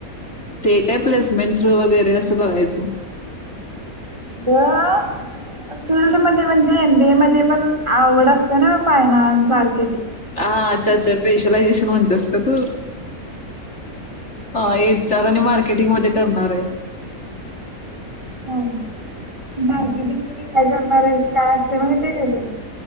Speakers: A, on the left (about 50°); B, on the right (about 20°).
A: ते काय प्लेसमेंट थ्रू वगैरे असं बघायचं.
B: अगं फील्ड मध्ये म्हणजे एमबीए मध्ये पण आवड असते ना फायनान्स भार <unintelligible>
A: हा अच्छा अच्छा स्पेशलायझेशन म्हणतेस का तू हा ईन्चार आणि मार्केटिंग मध्ये करणार आहे
B: हां मार्केटिंगमध्ये काय करणार आहेस काय असते माहिती आहे का तू